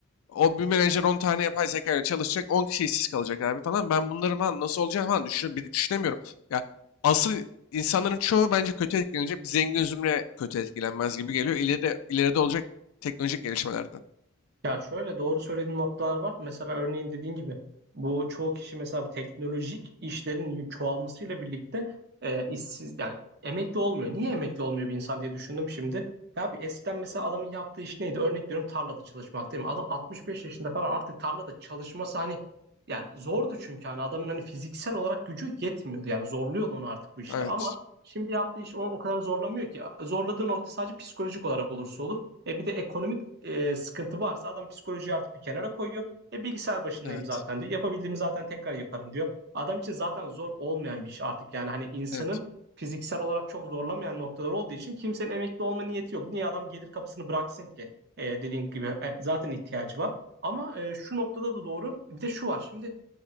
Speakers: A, on the left; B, on the right.
A: O bir menajer 10 tane yapay zeka ile çalışacak. on kişi işsiz kalacak abi falan. Ben bunların falan nasıl olacağını falan düşün, bir düşünemiyorum. Ya asıl insanların çoğu bence kötü etkilenecek. Bir zengin zümre kötü etkilenmez gibi geliyor. İleride, ileride olacak teknolojik gelişmelerden.
B: Ya şöyle doğru söylediğin noktalar var. Mesela örneğin dediğin gibi bu çoğu kişi mesela bu teknolojik işlerin çoğalmasıyla birlikte e, işsiz yani emekli olmuyor. Niye emekli olmuyor bir insan diye düşündüm şimdi. Ya bir eskiden mesela adamın yaptığı iş neydi? Örnek veriyorum tarlada çalışmak değil mi? Adam 65 yaşında falan artık tarlada çalışması hani yani zordu çünkü hani adamın hani fiziksel olarak gücü yetmiyordu. Yani zorluyordu onu artık bu işler
A: Evet.
B: ama şimdi yaptığı iş onu o kadar zorlamıyor ki. Zorladığı nokta sadece psikolojik olarak olursa olur. E bir de ekonomik e, sıkıntı varsa adam psikolojiyi artık bir kenara koyuyor. E bilgisayar başındayım
A: Evet.
B: zaten diyor. Yapabildiğimi zaten tekrar yaparım diyor. Adam için zaten zor olmayan bir iş artık. Yani hani insanın
A: Evet.
B: fiziksel olarak çok zorlamayan noktalar olduğu için kimsenin emekli olma niyeti yok. Niye adam gelir kapısını bıraksın ki? E, dediğim gibi e, zaten ihtiyacı var. Ama e, şu noktada da doğru. Bir de şu var. Şimdi